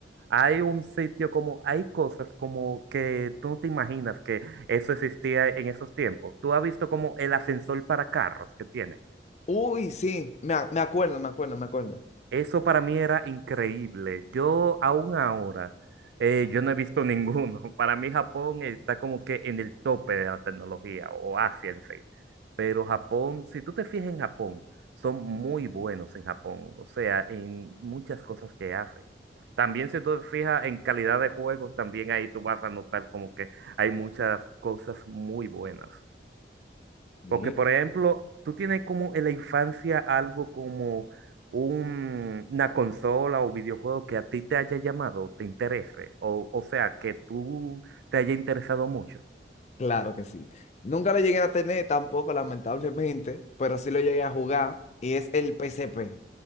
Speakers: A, on the right (about 75°); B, on the left (about 40°).
A: hay un sitio como, hay cosas como que tú no te imaginas que eso existía en esos tiempos. Tú has visto como el ascensor para carros que tiene.
B: Uy, sí, me, a- me acuerdo, me acuerdo, me acuerdo.
A: Eso para mí era increíble. Yo aún ahora, eh, yo no he visto ninguno. <laughs> Para mí Japón está como que en el tope de la tecnología, o Asia en sí. Pero Japón, si tú te fijas en Japón, son muy buenos en Japón, o sea, en muchas cosas que hacen. También si tú te fijas en calidad de juegos, también ahí tú vas a notar como que hay muchas cosas muy buenas.
B: Sí.
A: Porque, por ejemplo, tú tienes como en la infancia algo como un- una consola o videojuego que a ti te haya llamado, te interese, o, o sea, que tú te haya interesado mucho.
B: Claro que sí. Nunca lo llegué a tener tampoco, lamentablemente, <laughs> pero sí lo llegué a jugar y es el P C P.